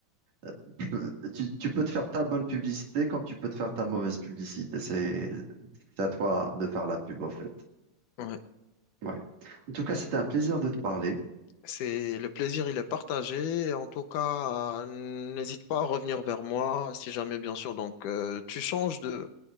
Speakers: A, on the right; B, on the left.
A: <laughs> <clears throat> tu, tu peux te faire ta bonne publicité comme tu peux te faire ta mauvaise publicité. C'est c'est à toi de faire la pub, au fait.
B: Ouais.
A: Ouais. En tout cas, c'était un plaisir de te parler.
B: C'est le plaisir, il est partagé. En tout cas, euh, n'hésite pas à revenir vers moi si jamais, bien sûr. Donc, euh, tu changes de,